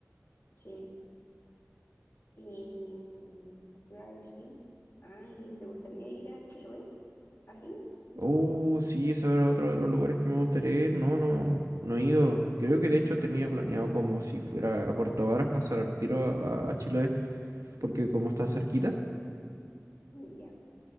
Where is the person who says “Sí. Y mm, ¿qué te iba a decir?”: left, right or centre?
Left